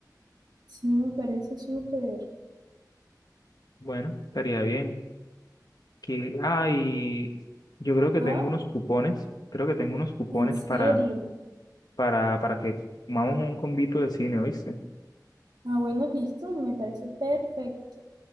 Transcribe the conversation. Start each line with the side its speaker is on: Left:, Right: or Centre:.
Right: Sí, me parece súper.
Left: Bueno, estaría bien. Que, ah, y yo creo que
Right: Ah,
Left: tengo unos cupones, creo que tengo unos cupones
Right: ¿en serio?
Left: para, para, para que comamos un combito de cine, ¿oíste?
Right: Ah, bueno, listo, me parece perfecto.